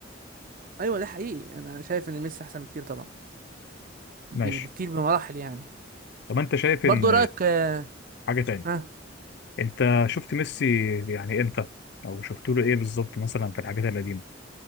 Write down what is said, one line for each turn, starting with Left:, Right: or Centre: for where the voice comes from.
Right: ايوه ده حقيقي انا شايف ان ميسي احسن بكتير طبعا ب-
Left: ماشي
Right: بكتير بمراحل يعني
Left: طب انت شايف
Right: برضو
Left: ان
Right: إيه رايك آه،
Left: حاجه تاني
Right: ها
Left: انت شفت ميسي يعني امتى او شفت له ايه بالظبط مثلا في الحاجات القديمه